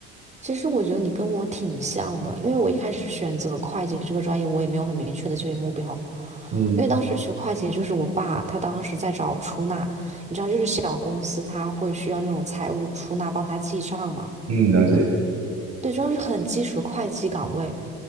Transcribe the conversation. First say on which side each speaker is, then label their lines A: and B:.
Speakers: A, on the right; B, on the right.
A: 其实我觉得你跟我挺像的，因为我一开始选择会计这个专业，我也没有很明确的就业目标，
B: 嗯
A: 因为当时学会计，就是我爸他当时在找出纳，你知道，就是小公司他会需要那种财务出纳帮他记账嘛。
B: 嗯，了解。
A: 对，这是很基础的会计岗位，